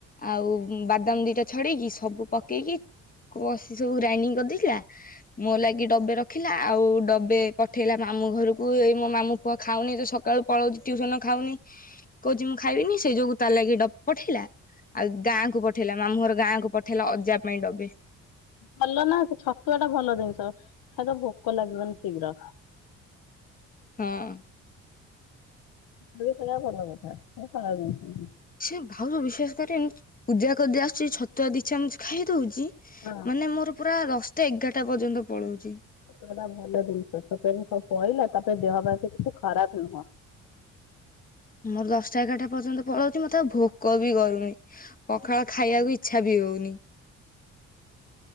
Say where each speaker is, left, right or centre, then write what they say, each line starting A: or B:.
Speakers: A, on the left; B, on the left.
A: ଆଉ ବାଦାମ ଦୁଇଟା ଛଡ଼େଇକି ସବୁ ପକେଇ ବସି ସବୁ ଗ୍ରାଇଣ୍ଡିଙ୍ଗ କରିଦେଇଥିଲା। ମୋ ଲାଗି ଡବେ ରଖ ରଖିଲା ଆଉ ଡବେ ପଠେଇଲା ମାମୁଁ ଘରକୁ ଏ ମୋ ମାମୁଁ ପୁଅ ଖାଉନି ତ ସକାଳୁ ପଳଉଛି ଟ୍ୟୁସନ ଖାଉନି। କହୁଛି ମୁଁ ଖାଇବିନି ସେ ଯୋଗୁ ତା ଲାଗି ଡବା ପଠେଇଲା। ଆଉ ଗାଁ ପଠେଇଲା ମାମୁଁର ଗାଁ କୁ ପଠେଇଲା ଅଜା ପାଇଁ ଡବେ।
B: ଭଲ ନା ସେ ଛତୁଆ ଟା ଭଲ ଜିନିଷ ଖାଇ ତ ଭୋକ ଲାଗିବନି ଶୀଘ୍ର।
A: ହଁ
B: ସେଇା ଭଲ କଥା ମୁଣ
A: ସେ ଭାଉର ବିଶେଷ କରି ପୂଜା କରିଦି ଆସୁଛି ଛତୁଆ ଦିଛାମ ଖାଇ ଦଉଛି
B: ହଁ
A: ମାନେ ମୋର ପୁରା ଦଶଟା ଏଗାରଟା ପର୍ଯ୍ୟନ୍ତ ପଳାଉଛି
B: ସତବେଟା ଭଲ ଜିନିଷ ସତବେ ସବୁ କହିଲା ତାପରେ ଦେହ ବାଳ କିଛି ଖରାପ ନୁହଁ
A: ମୋର ଦଶଟା ଏଗାରଟା ପର୍ଯ୍ୟନ୍ତ ପଳଉଛି ମତେ ଆଉ ଭୋକ ବି କରୁନି ପଖାଳ ଖାଇବାକୁ ଇଚ୍ଛା ବି ହଉଛି ଅୁନି